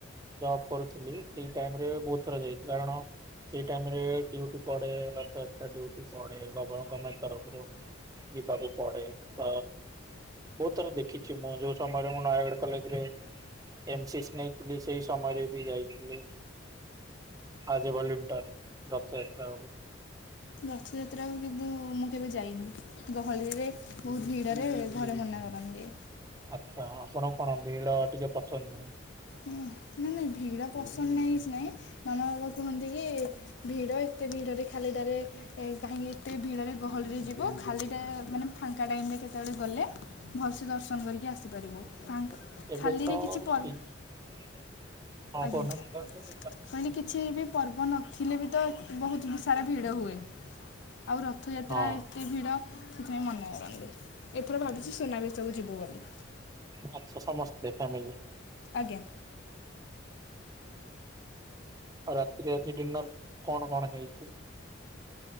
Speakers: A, on the right (about 20°); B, on the left (about 60°).
A: ଜବ୍ କରୁଥିଲି, ସେଇ ଟାଇମରେ ବହୁତ ଥର ଯାଇଥିଲି। କାରଣ ସେଇ ଟାଇମରେ ଡ୍ୟୁଟି ପଡେ, ରଥଯାତ୍ରା ଡ୍ୟୁଟି ପଡେ। <unintelligible> ଗମେଣ୍ଟ ତରଫରୁ ଯିବାକୁ ପଡେ, ତ ବହୁତ ଥର ଦେଖିଛି ମୁଁ ଯୋଉ ସମୟରେ ମୁଁ ନୟାଗଡ କଲେଜରେ ଏନ୍ ସି ସି ନେଇଥିଲି, ସେଇ ସମୟରେ ବି ଯାଇ ଥିଲି। ଆଜି ଭଲ୍ୟୁଣ୍ଟର ରଥଯାତ୍ରା ହବ
B: ରଥଯାତ୍ରାକୁ କିନ୍ତୁ ମୁଁ କେବେ ଯାଇନି। ଗହଳିରେ ବହୁତ ଭିଡରେ ଘରେ ମନା କରନ୍ତି।
A: ଆଚ୍ଛା। ଆପଣ କଣ ଭିଡ ଟିକେ ପସନ୍ଦ ନୁହଁ?
B: ନାଇଁ ନାଇଁ ଭିଡ଼ ପସନ୍ଦ ନାହିଁ କିଛି ନାହିଁ, ମାମା ବାବା କୁହନ୍ତି କି ଭିଡ଼ ଏତେ ଭିଡ଼ରେ ଖାଲିଟାରେ ଏ କାହିଁକି ଏତେ ଭିଡରେ ଗହଳିରେ ଯିବ, ଖାଲିଟାରେ ମାନେ ଫାଙ୍କା ଟାଇମ୍ ରେ କେତେବେଳେ ଗଲେ, ଭଲସେ ଦର୍ଶନ କରିକି ଆସିପାରିବୁ।
A: ଏବେ
B: ଫାଙ୍କା ଖାଲିରେ
A: ତ
B: କିଛି ପର୍ବ
A: ସିଏ ହଁ କହୁନାହାଁନ୍ତି?
B: ଆଜ୍ଞା କହିଲି କିଛି ବି ପର୍ବ ନଥିଲେ ବି ତ ବହୁତ ସାରା ଭିଡ ହୁଏ। ଆଉ ରଥଯାତ୍ରାରେ
A: ହଁ।
B: ଏତେ ଭିଡ଼, ସେଥିପାଇଁ ମନା କରନ୍ତି। ମୁଁ ଭାବିଛି ସୁନା ବେସକୁ ଯିବୁ ବୋଲି।
A: ଆଚ୍ଛା ସମସ୍ତେ ଫ୍ୟାମିଲି।
B: ଆଜ୍ଞା।
A: ଆଉ ରାତିରେ ଆଜି ଡିନର କଣ କଣ ହେଇଛି?